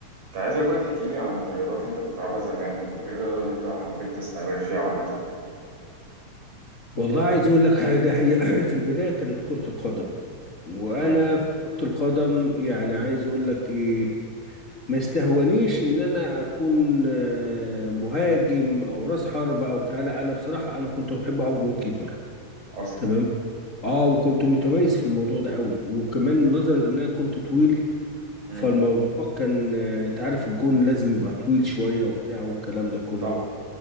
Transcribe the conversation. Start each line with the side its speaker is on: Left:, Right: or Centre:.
Right: انت عايزك بقى تحكي لي عن الرياضات اللي انت كنت بتلعبها زمان وايه الرياضة اللي انت حبيت تستمر فيها عامة
Left: والله عايز اقول لك حاجه هي <clears throat> في البدايه كانت كره القدم وانا
Right: تمام
Left: في كره القدم يعني عايز اقول لك ايه ما استهونيش ان انا اكون آه، مهاجم او راس حربة او بتاع لا انا بصراحه انا كنت بحب اقف جون كيبر
Right: اصلا
Left: تمام اه وكنت متميز في الموضوع ده قوي وكمان نظرا ان انا كنت طويل
Right: امم
Left: فالموضوع كان آه، انت عارف الجون لازم يبقى طويل شويه وبتاع والكلام ده كله
Right: صح